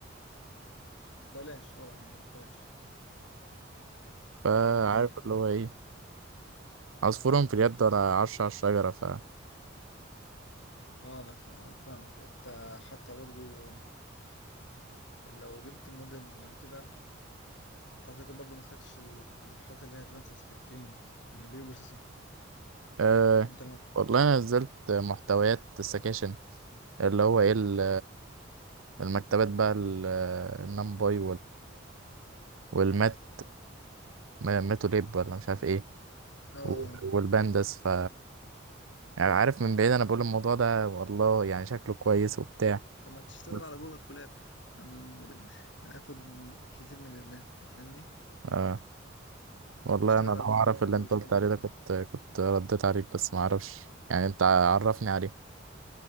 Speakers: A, on the left (about 60°); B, on the right (about 85°).
A: بلاش اه يعني بلاش
B: فعارف
A: يعني
B: اللي هو ايه عصفور في اليد ولا عرش على الشجرة ف
A: اه انا فا- فاهمك انت حتى برضو لو جبت موديل لو كده انت اعتقد برضو ما خدتش ال- الحاجات اللي هي ادفانسد في الكلينيك يعني بير بروسيسنج
B: آه.
A: انت لما
B: والله انا نزلت محتويات السكاشن اللي هو ايه ال- المكتبات بقى النمباي والمات ما- ماتوا ليب ولا مش عارف ايه
A: اه
B: و- والبانداس ف يعني عارف من بعيد انا بقول الموضوع ده والله يعني شكله كويس وبتاع
A: طب ما تشتغل
B: بس.
A: على جوجل كولاب ال- هياخد كتير من الرام انت فاهمني
B: آه والله
A: تشتغل
B: انا
A: على
B: لو
A: جوجل
B: اعرف
A: كولاب
B: اللي انت
A: او جوبيتار
B: قلت عليه ده كنت كنت رديت عليك بس ما اعرفش يعني انت عرفني عليه